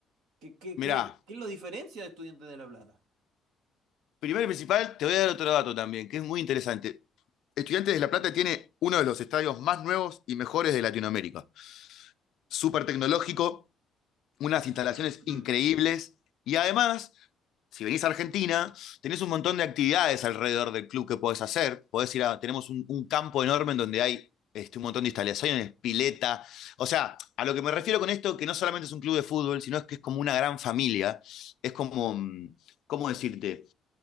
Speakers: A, on the right; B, on the left.
A: ¿qué, qué,
B: mirá,
A: qué, qué lo diferencia de Estudiantes de La Plata?
B: Primero y principal, te voy a dar otro dato también, que es muy interesante. Estudiantes de La Plata tiene uno de los estadios más nuevos y mejores de Latinoamérica. Súper tecnológico,
A: Oh.
B: unas
A: <clears throat>
B: instalaciones increíbles y además, si venís a Argentina, tenés un montón de actividades alrededor del club que podés hacer. Podés ir a, tenemos un, un campo enorme en donde hay este, un montón de instalaciones, pileta. O sea, a lo que me refiero con esto, que no solamente es un club de fútbol, sino es que es como una gran familia. Es como, mm, ¿cómo decirte?